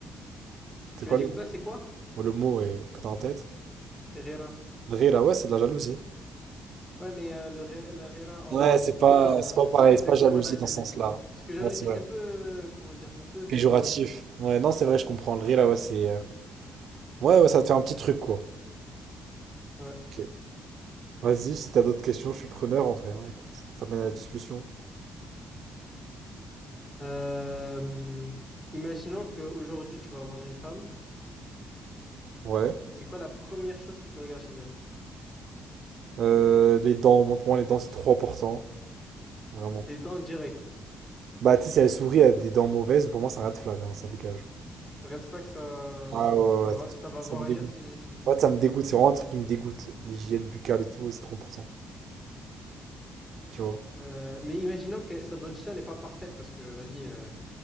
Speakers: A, on the right; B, on the left.
A: C'est
B: Tu
A: quoi
B: veux dire
A: le mot?
B: quoi, c'est quoi?
A: Ouais, Le mot est... que t'as en tête?
B: Rera.
A: Drira, ouais, c'est de la jalousie.
B: Ouais, mais euh, le, re- la rera en
A: Ouais,
B: arabe,
A: c'est
B: c'est
A: pas,
B: pas,
A: c'est pas
B: euh,
A: pareil,
B: c'est pas exactement
A: c'est pas jalousie
B: la jalousie.
A: dans ce sens-là.
B: Parce que jalousie,
A: Ouais, c'est vrai.
B: c'est un peu, euh, comment dire, c'est un peu péjoratif.
A: Péjoratif. Ouais, non, c'est vrai, je comprends. Le Drira, ouais, c'est. euh, Ouais, ouais, ça te fait un petit truc, quoi.
B: Ouais.
A: Ok. Vas-y, si t'as d'autres questions, je suis preneur en vrai. ouais. écoute, ça mène à la discussion.
B: Euh, imaginons qu'aujourd'hui, tu vas avoir une femme.
A: Ouais.
B: C'est quoi la première chose que tu regardes chez elle?
A: Euh, les dents, moi, pour moi, les dents, c'est trop important. Vraiment.
B: Les dents directes.
A: Bah, tu sais, si elle sourit, elle a des dents mauvaises, pour moi, c'est un red flag, hein, ça dégage.
B: Red flag, ça,
A: Ah ouais, ouais,
B: ça
A: ouais,
B: va,
A: ça
B: ça va
A: ça
B: voir
A: me
B: ailleurs
A: dégoûte.
B: si j'y suis.
A: Ouais, ça me dégoûte, c'est vraiment un truc qui me dégoûte. L'hygiène buccale et tout, c'est trop important, tu vois.
B: Euh, mais imaginons que sa dentition n'est pas parfaite parce que, vas-y, euh, elle